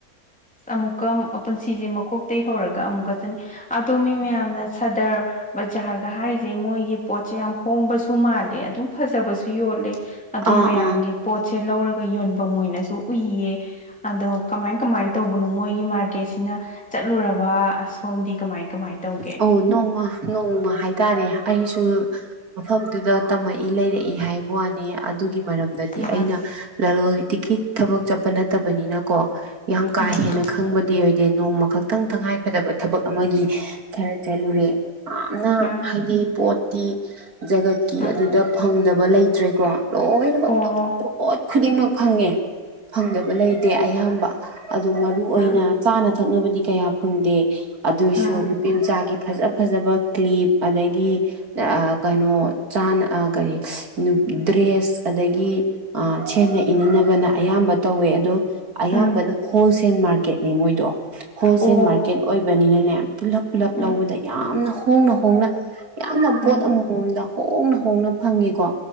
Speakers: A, in the centre; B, on the right (about 85°).
A: ꯑꯃꯨꯛꯀ ꯄꯨꯟꯁꯤꯁꯦ ꯃꯀꯣꯛ ꯇꯩ ꯍꯧꯔꯒ ꯑꯃꯨꯛꯀ ꯆꯅꯤ ꯑꯗꯣ ꯃꯤ ꯃꯌꯥꯝꯅ ꯁꯥꯗꯔ ꯕꯖꯥꯔꯗ ꯍꯥꯏꯁꯦ ꯃꯣꯏꯒꯤ ꯄꯣꯠꯁꯦ ꯌꯥꯝ ꯍꯣꯡꯕꯁꯨ ꯃꯥꯜꯂꯦ ꯑꯗꯨꯝ ꯐꯖꯕꯁꯨ ꯌꯣꯜꯂꯦ ꯑꯗꯨ
B: ꯑꯥ
A: ꯃꯌꯥꯝꯒꯤ
B: ꯑꯥ
A: ꯄꯣꯠꯁꯦ ꯂꯧꯔꯒ ꯌꯣꯟꯐꯝ ꯃꯅꯁꯨ ꯎꯏꯌꯦ ꯑꯗꯣ ꯀꯃꯥꯏ ꯀꯃꯥꯏ ꯇꯧꯕꯅꯣ ꯃꯣꯏꯒꯤ ꯃꯥꯔꯀꯦꯠꯁꯤꯅ ꯆꯠꯂꯨꯔꯕ ꯑꯁꯣꯝꯗꯤ ꯀꯃꯥꯏ ꯀꯃꯥꯏ ꯇꯧꯒꯦ
B: ꯑꯧ ꯅꯣꯡꯃ ꯅꯣꯡꯃ ꯍꯥꯏꯇꯥꯔꯦ ꯑꯩꯁꯨ ꯃꯐꯝꯗꯨꯗ ꯇꯝꯃꯛꯏ ꯂꯩꯔꯛꯏ ꯍꯥꯏꯕ ꯋꯥꯅꯤ ꯑꯗꯨꯒꯤ ꯃꯔꯝꯗꯗꯤ
A: ꯎꯝ
B: ꯑꯩꯅ ꯂꯂꯣ ꯏꯇꯤꯛꯀꯤ ꯊꯕꯛ ꯆꯠꯄ ꯅꯠꯇꯕꯅꯤꯅꯀꯣ ꯌꯥꯝ ꯀꯥ
A: ꯎꯝ
B: ꯍꯦꯟꯅ ꯈꯪꯕꯗꯤ ꯑꯣꯏꯗꯦ ꯅꯣꯡꯃ ꯈꯛꯇꯪ ꯇꯉꯥꯏ ꯐꯗꯕ ꯊꯕꯛ ꯑꯃꯒꯤ ꯈꯔ ꯆꯠꯂꯨꯔꯦ ꯌꯥꯝꯅ
A: ꯎꯝ
B: ꯍꯥꯏꯗꯤ ꯄꯣꯠꯇꯤ ꯖꯒꯠꯀꯤ
A: ꯎꯝ
B: ꯑꯗꯨꯗ ꯐꯪꯗꯕ ꯂꯩꯇ꯭ꯔꯦꯀꯣ ꯂꯣꯏꯅꯃꯛ
A: ꯑꯥ
B: ꯄꯣꯠ ꯈꯨꯗꯤꯡꯃꯛ ꯐꯪꯉꯦ ꯐꯪꯗꯕ ꯂꯩꯇꯦ ꯑꯌꯥꯝꯕ ꯑꯗꯨꯣ ꯃꯔꯨꯏ ꯑꯣꯏꯅ
A: ꯎꯝ
B: ꯆꯥꯅ ꯊꯛꯅꯕꯗꯤ ꯀꯌꯥ ꯐꯪꯗꯦ ꯑꯗꯨꯏꯁꯨ
A: ꯎꯝ ꯎꯝ
B: ꯅꯨꯄꯤ ꯃꯆꯥꯒꯤ ꯐꯖ ꯐꯖꯕ ꯀ꯭ꯂꯤꯞ ꯑꯗꯒꯤ ꯀꯩꯅꯣ ꯆ ꯀꯔꯤ ꯗ꯭ꯔꯦꯁ ꯑꯗꯒꯤ ꯁꯦꯠꯅ ꯏꯅꯅꯕꯅ ꯑꯌꯥꯝꯕ ꯇꯧꯋꯦ ꯑꯗꯣ ꯑꯌꯥꯝꯕꯅ
A: ꯎꯝ
B: ꯍꯣꯜꯁꯦꯜ ꯃꯥꯔꯀꯦꯠꯅꯦ ꯃꯣꯏꯗꯣ
A: ꯑꯣ
B: ꯑꯦꯟ ꯃꯥꯔꯀꯦꯠ ꯑꯣꯏꯕꯅꯤꯅꯅꯦ ꯄꯨꯜꯂꯞ ꯄꯨꯜꯂꯞ
A: ꯎꯝ
B: ꯂꯧꯕꯗ ꯌꯥꯝꯅ ꯍꯣꯡꯅ ꯍꯣꯡꯅ ꯌꯥꯝꯅ
A: ꯎꯝ
B: ꯄꯣꯠ ꯑꯃꯃꯝꯗ ꯍꯣꯡꯅ ꯍꯣꯡꯅ ꯐꯪꯉꯦꯀꯣ